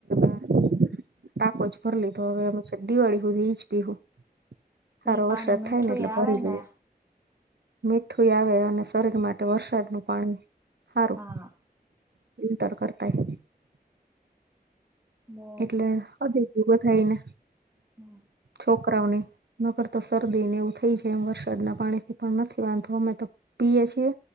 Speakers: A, on the right (about 90°); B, on the right (about 15°).
A: <inaudible> ટાકો જ ભર લીધ તો હવે અમે છેક દીવાળી હુધી ઈજ પીહું. હારો
B: ઈ પાણી
A: વરસાદ
B: મીઠું
A: થાય ને એટલે
B: આવે
A: ભરી લઈએ.
B: ને
A: મીઠું એ આવે અને શરીર માટે વરસાદનું પાણી હારું.
B: હા
A: ફિલ્ટર કરતા એ.
B: બહુ
A: એટલે વદી ગયું બધાય ને.
B: હમ.
A: છોકરાઓને. નકર તો શરદીને એવું થઈ જાય એમ વરસાદના પાણીથી પણ નથી વાંધો અમે તો પીએ છીએ.